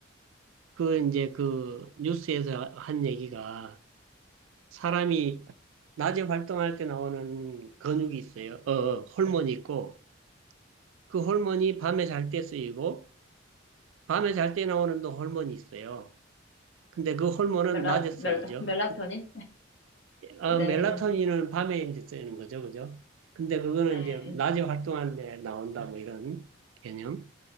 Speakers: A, on the right; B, on the left.
A: 그 이제 그 뉴스에서 한 얘기가 사람이 낮에 활동할 때 나오는 근육이 있어요. 어, 어, 호르몬이 있고 그 호르몬이 밤에 잘 때 쓰이고 밤에 잘 때 나오는 또 호르몬이 있어요. 근데 그 호르몬은
B: 멜라,
A: 낮에 쓰이죠.
B: 멜, 멜라토닌?
A: 어,
B: 네.
A: 멜라토닌은 밤에 이제 쓰이는 거죠, 그죠? 근데 그거는
B: 네.
A: 이제 낮에 활동하는데 나온다, 뭐 이런 개념.